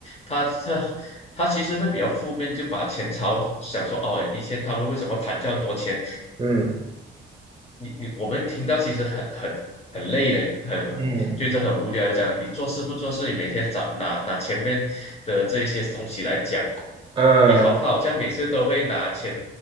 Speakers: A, on the left; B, on the right.
A: 他他他其实会比较负面，就把前朝想说，哦，以前他们为什么谈这样多钱，
B: 嗯
A: 你你我们听到其实很很很累的，很
B: 嗯
A: 觉得很无聊的样你做事不做事，你每天找拿拿前面的这一些东西来讲，
B: 嗯
A: 你好，他好像每次都会拿前